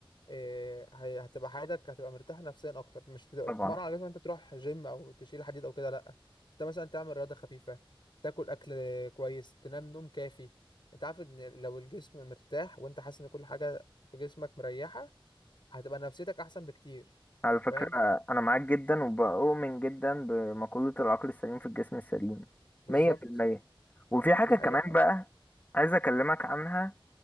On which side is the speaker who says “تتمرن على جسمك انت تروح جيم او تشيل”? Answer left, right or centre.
Left